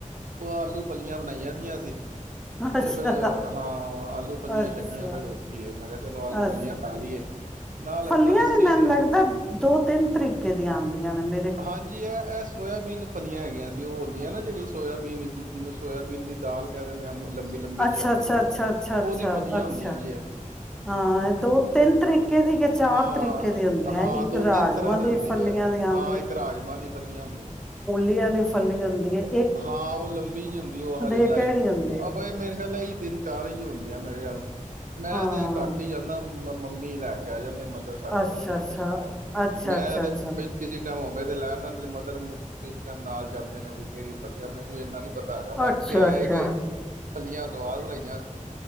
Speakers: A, on the right; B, in the centre.
A: ਉਹ ਆਲੂ ਫਲੀਆਂ ਬਣਾਈਆਂ ਦੀਆਂ <unintelligible> ਉਹ
B: ਅੱਛਾ,
A: ਫਿਰ ਹਾਂ ਆਲੂ ਫਲੀਆਂ
B: ਅੱਛਾ,
A: ਛਕੀਆਂ ਫਿਰ ਹੋਰ ਕੀ ਹੈ ਮੈਂ ਕਿਹਾ ਚਲੋ ਆਲੂ ਫਲੀਆਂ
B: ਅੱਛਾ,
A: ਖਾ ਲਈਏ ਨਾਲ ਆਪਣਾ
B: ਫੱਲੀਆਂ
A: ਲੱਸੀ
B: ਵੀ ਮੈਨੂੰ
A: ਸੀ
B: ਲੱਗਦਾ ਦੋ ਤਿੰਨ ਤਰੀਕੇ ਦੀਆਂ ਆਦੀਆਂ ਨੇ ਮੇ
A: ਹਾਂਜੀ, ਇਹ ਇਹ ਸੋਇਆਬੀਨ ਫਲੀਆਂ ਹੈਗੀਆਂ ਸੀ ਉਹ ਹੁੰਦੀਆ। ਨਾ ਜਿਹੜੀ ਸੋਇਆਬੀਨ ਦੀ ਜਿਹਨੂੰ ਸੋਆਬੀਨ ਦੀ ਦਾਲ ਕਹਿ ਦਿੰਦੇ ਆਂ। ਲੰਬੀ ਲੰਬੀ
B: ਅੱਛਾ
A: ਜੀ ਆਦੀ
B: ਅੱਛਾ
A: ਏ,
B: ਅੱਛਾ ਅੱਛਾ ਅੱਛਾ
A: ਉਹਦੀ ਫਲੀਆਂ
B: ਅੱਛਾ
A: ਹੁੰਦੀਆਂ ਜੀ ਐ।
B: ਹਾਂ, ਦੋ ਤਿੰਨ ਤਰੀਕੇ ਦੀ ਕਿ ਚਾਰ
A: ਹਾਂ
B: ਤਰੀਕੇ ਦੀ ਹੁੰਦੀਆਂ
A: ਹਾਂ
B: ਇੱਕ
A: ਦੋ
B: ਰਾਜਮਾਂ
A: ਤਿੰਨ ਤਰ੍ਹਾਂ ਦੀ
B: ਦੇ
A: ਹੁੰਦੀ
B: ਫਲੀਆਂ
A: ਹੈ
B: ਦੀਆਂ
A: ਹਾਂ, ਇੱਕ ਰਾਜਮਾਂ ਦੀ ਫਲੀਆਂ ਹੁੰਦੀਆਂ।
B: ਵਾਲੀ ਫਲੀਆ ਆਉਂਦੀਆਂ ਏ
A: ਹਾਂ ਉਹ ਲੰਬੀ ਜ ਹੁੰਦੀ ਉਹ ਹਰੇ ਲਾਈਕ
B: ਹੈ ਕਿਹੜੀ ਹੁੰਦੀ ਹੈ
A: ਅਵਾ ਇਹ ਮੇਰੇ ਖਿਆਲ ਦਿਨ ਚਾਰ ਹੀ ਹੁੰਦੀਆਂ ਮੇਰੇ ਖਿਆਲ ਨਾਲ਼ ਮੈਂ
B: ਹਾਂ
A: ਤੇ ਘੱਟ ਹੀ ਜਾਂਦਾ ਮੰਮੀ ਲੈ ਕੇ ਆ ਜਾ ਮਦਰ ਸਾਡੇ
B: ਅੱਛਾ
A: ਉਹ ਯਪ
B: ਅੱਛਾ ਅੱਛਾ
A: ਮੈਂ
B: ਅੱਛਾ
A: ਤੇ
B: ਅੱਛਾ
A: ਮ ਕਿਸੇ ਟਮ ਹੋਵੇ ਤੇ ਲੈ ਉਹਨਾਂ ਦੇ ਮਦਰ ਕਿਸੇ ਟਾਈਮ ਨਾਲ ਜਾਂਦੇ ਨੇ ਕਿਹੜੀ ਵਧੀਆ ਮੈਨੂੰ ਇਨਾ ਨੀ ਪਤਾ ਹੈਗਾ ਬਾਕੀ
B: ਅੱਛਾ
A: ਆਏ
B: ਅੱਛਾ
A: ਗ ਫ਼ਲੀਆ ਸਵਾਦ ਬਣਾਈਆਂ ਸੀ